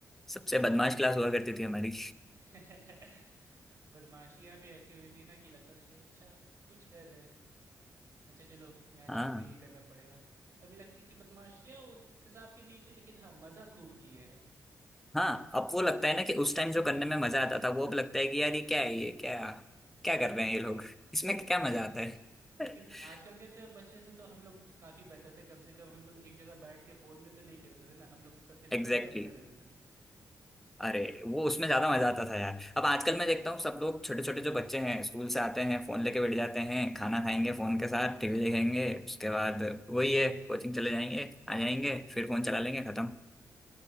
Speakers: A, in the centre; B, on the right (about 50°).
A: सबसे बदमाश क्लास हुआ करती थी हमारी
B: <laughs> बदमाशियाँ भी ऐसी होती थी ना कि लगता था कि अच्छा, कुछ कर रहे हैं, अच्छा चलो यहाँ
A: हाँ
B: छुप के ये करना पड़ेगा। अभी लगती कि बदमाशियाँ उस हिसाब की नहीं थी लेकिन हाँ, मज़ा खूब किए हैं।
A: हाँ अब वो लगता है ना कि उस टाइम जो करने में मजा आता था वो अब लगता है कि यार ये क्या है ये क्या क्या कर रहे हैं ये लोग इसमें
B: <laughs>
A: क्या मजा आता है
B: लेकिन
A: <laughs>
B: आजकल के से बच्चे से तो हम लोग काफ़ी बेहतर थे, कम से कम हम लोग एक जगह बैठ के फ़ोन में तो नहीं खेलते थे ना, हम लोग सबके नाक
A: एग्जैक्टली
B: में दम कर देते थे।
A: अरे वो उसमें ज्यादा मजा आता था यार अब आजकल मैं देखता हूँ सब लोग छोटे छोटे जो बच्चे हैं स्कूल से आते हैं फोन लेके बैठ जाते हैं खाना खाएंगे फोन के साथ टीवी देखेंगे उसके बाद वही है कोचिंग चले जाएंगे आ जाएंगे फिर फोन चला लेंगे खत्म